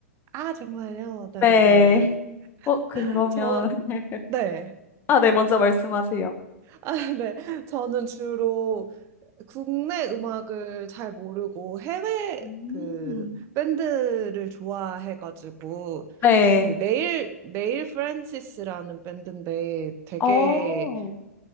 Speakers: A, on the right; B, on the left.
A: 아, 정말요? 네,
B: 네.
A: 네.
B: 어, 그러면,
A: 저,
B: <laughs>
A: 네.
B: 아, 네, 먼저 말씀하세요.
A: 아, 네. 저는 주로 국내 음악을 잘 모르고 해외
B: 음.
A: 그 밴드를 좋아해가지고
B: 네.
A: 그 네일 네일 프랜시스라는 밴드인데 되게
B: 어,